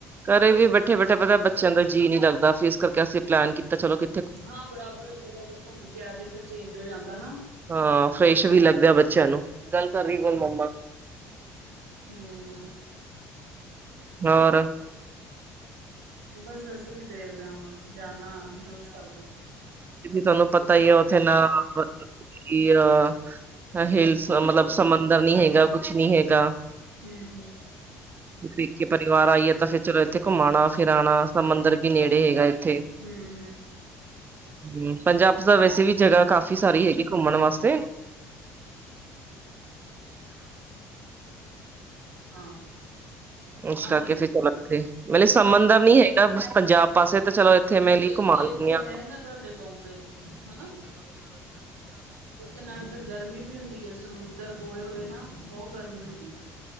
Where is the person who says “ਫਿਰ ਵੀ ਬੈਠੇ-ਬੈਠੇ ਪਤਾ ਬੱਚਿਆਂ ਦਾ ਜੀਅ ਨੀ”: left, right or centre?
Right